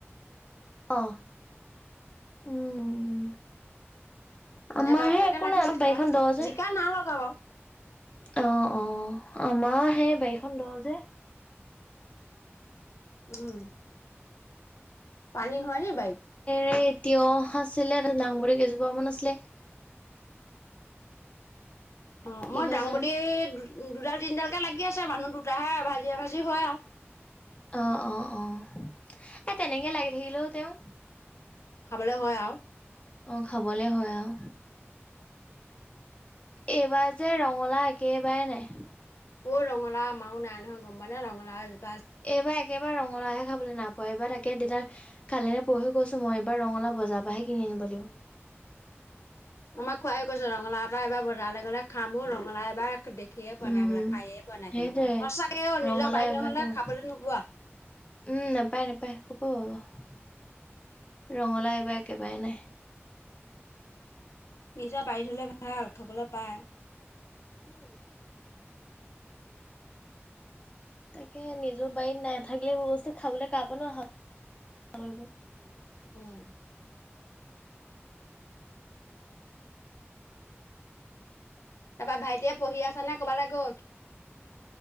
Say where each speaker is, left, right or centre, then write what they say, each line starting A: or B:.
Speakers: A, on the left; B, on the left.
A: অ, উম। আমাৰহে
B: এটা দুটাকে
A: একো
B: লাগিছে
A: নাই অলপ বাৰিখন
B: খাইছো
A: ল' যে।
B: জিকা নাই লগা বাৰু
A: অ', - অ' আমাৰ সেই বাৰীখন দ' যে।
B: উম, পানী হয় নেকি বাৰিত?
A: হেৰি তিয়হ আছিলে, দাংবদি কেইজোপা মান আছিলে।
B: অ,
A: কি
B: মই
A: হয়
B: দাংবদি
A: জানো
B: দুডাল, তিনডালকে লাগি আছে মানুহ দুটাহে এ ভাজি জি ভাজি হয় আৰু।
A: অ', - অ', -অ, ' এ তেনেকে লাগি থাকিলেও তেওঁ।
B: খাবলৈ হয় আৰু।
A: অহ খাবলে হয় আও এইবাৰ যে ৰঙালাও একেবাৰে নাই।
B: অ' ৰঙলাও আমাৰো নাই নহয় গমপোৱা নে ৰঙালাও এজো
A: এইবাৰ একেবাৰে ৰঙালাওহে খাবলে নাই পোৱা এইবাৰ তাক তাকে দেতাক কালি নে পৰসী কৈছো মই এবাৰ ৰঙালাও বজাৰ পৰাহে কিনি আনিব লাগিব।
B: আমাক খুৰাই কৈছে ৰঙালাও এটা এবাৰ বজ বজাৰলে গলে খামো ৰঙলাও এবাক দেখিয়ে পোৱা
A: উম
B: নাই বোলে খায়ে পোৱা নাই
A: সেইটোৱে
B: কেনেকুৱা সঁচাকে অ'
A: ৰঙালাও
B: নিজৰ বাৰীত
A: এইবাৰ
B: নহ'লে
A: একেবাৰে
B: খাবলৈ নোপোৱা।
A: উম, নাপায় নাপায়। অ' ৰঙালাও এইবাৰ একেবাৰে নাই।
B: নিজৰ বাৰীত হ'লে ভাল খাবলৈ পায়।
A: <unintelligible> তাকে নিজৰ বাৰীত নাথাকিলে এইবোৰ বস্তু কাৰ পৰানো আশা কৰিব।
B: উম। তাৰপা ভাইটিয়ে পঢ়ি আছে নে ক'বালে গ'ল?